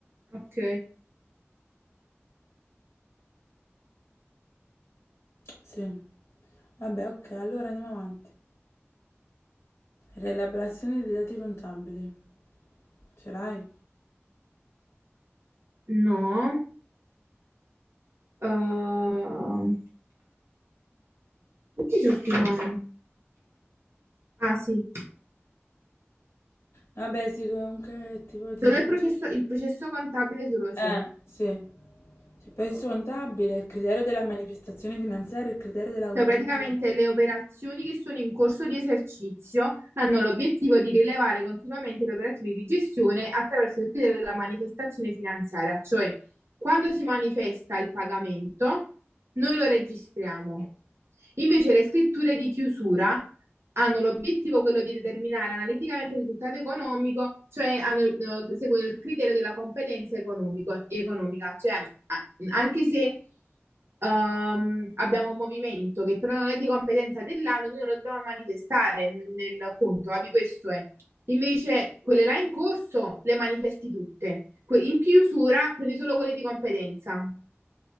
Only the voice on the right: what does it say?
Ok,
no. Uh, perché c'ho prima? Ah sì,
solo
il processo, il processo contabile solo ciò.
Cioè,
praticamente
le operazioni che sono in corso di esercizio hanno l'obiettivo di rilevare continuamente le operazioni di gestione attraverso il criterio della manifestazione finanziaria, cioè quando si manifesta il pagamento, noi lo registriamo. Invece le scritture di chiusura hanno l'obiettivo quello di determinare analiticamente il risultato economico, cioè hanno, eh, seguono il criterio della competenza economico- economica, cioè a- anche se ehm, abbiamo un movimento che però non è di competenza dell'ANU, noi non lo dobbiamo manifestare nel, nel conto, capi? Questo è. Invece quelle là in corso le manifesti tutte. Que- in chiusura prendi solo quelle di competenza,